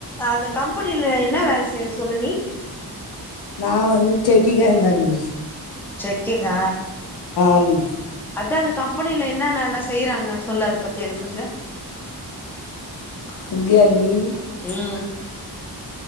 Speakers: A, in the centre; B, on the left.
A: அந்த கம்பெனியில என்ன வேலை செய்ற சொல்லு நீ
B: நா வந்து செக்கிங்கா இருந்த நீ
A: செக்கிங்க
B: அண்ணி
A: அதான் கம்பெனில என்ன நல்லா செய்யறாங்க சொல்லு அத பத்தி எனக்கு கொஞ்சம்
B: <unintelligible>
A: ம்